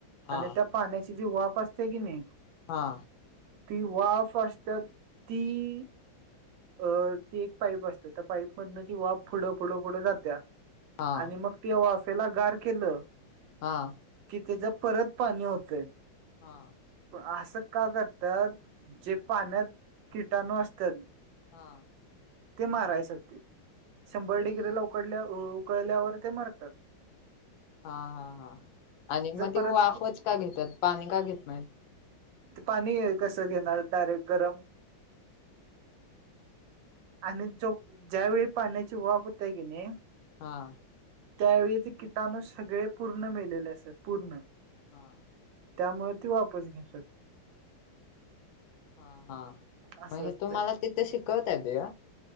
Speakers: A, on the left; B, on the right.
A: हा
B: आणि त्या पाण्याची जी वाफ असतय कि नाही.
A: हा.
B: ती वाफ असतात, ती. अ ती एक पाईप असतया त्या पाईप मधन ती वाफ पुढं पुढं पुढं जात्या.
A: हा
B: आणि मग ते वाफेला गार केलं
A: हा.
B: कि त्याज परत पाणी होतंय.
A: हा.
B: असं का कत्यात, जे पाण्यात, किटाणू असत्यात.
A: हा.
B: ते मारायसाठी, शंभर
A: म्हणजे
B: डिग्रीला उकडल्या उकळल्यावर ते मारतात.
A: हा हा हा, आणि म ते
B: परत
A: वाफच का घेतात पाणी का घेत नाहीत?
B: ते पाणी कसं घेणार डायरेक्ट गरम. आणि जो, ज्यावेेळी पाण्याची वाफ होत्याया की नाही.
A: हां.
B: त्यावेळी ते किटाणू सगळे पूर्ण मेलेले असत्यात, पूर्ण.
A: हां.
B: त्यामुळे ती वाफच घेतात.
A: हा हा,
B: असं
A: म हे
B: असते
A: तुम्हाला तिथ शिकवत्यात हे.